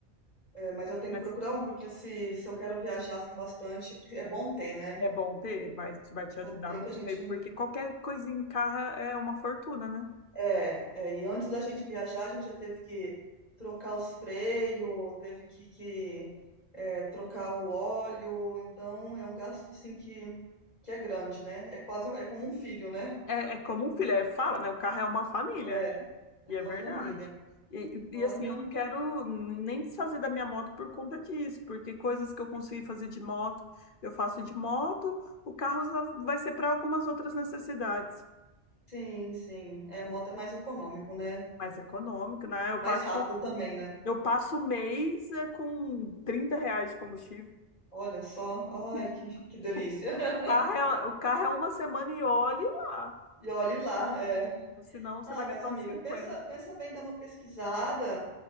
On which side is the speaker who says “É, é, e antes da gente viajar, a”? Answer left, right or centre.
Left